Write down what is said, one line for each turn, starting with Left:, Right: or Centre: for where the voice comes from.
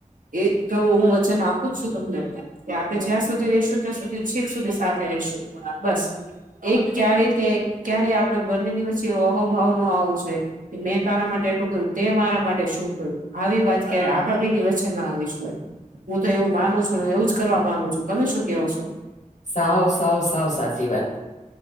Right: એ તો હું વચન આપું છું તમને. કે આપણે જ્યાં સુધી રહીશું ત્યાં સુધી છેક સુધી સાથે રહીશું બસ. એ ક્યારેય તે ક્યારેય આપણે બંનેની વ્ચચે અહોભાવ નો આવવો- મેં તારા માટે એટલું કર્યું તે મારા માટે શું આવી વાત ક્યારે આપણા બેયની વચ્ચે ના આવીશ જોઈએ હું તો એવું માનું છું ને એવું જ કરવા માંગું છું તમે શું કેવો શો?
Left: સાવ સાવ સાવ સાચી વાત.